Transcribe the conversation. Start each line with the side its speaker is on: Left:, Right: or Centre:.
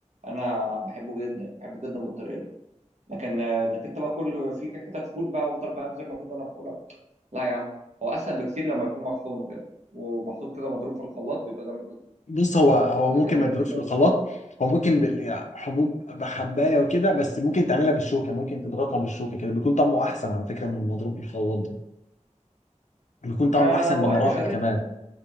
Right: انا بحبه جدا بحبه جدا بالطريقه دي لكن آه، انك انت بقى كل في حتت فول بقى وافضل بقى ابذل مجهود وانا باكلها لا يا عم هو اسهل بكتير لما يكون مطحون وكده ومحطوط كده مضروب في الخلاط بيبقى جامد جدا
Left: بص هو هو
Right: لكن
Left: ممكن
Right: غير
Left: ما تضربش
Right: كده
Left: بالخلاط
Right: لا
Left: هو ممكن بال- يعني حبوب بحبايه وكده بس ممكن تعملها بالشوكه ممكن تضغطها بالشوكه كده بيكون طعمه احسن على فكره من المضروب بالخلاط ده بيكون طعمه
Right: ما
Left: احسن
Right: والله
Left: بمراحل
Right: مش هتفرق
Left: كمان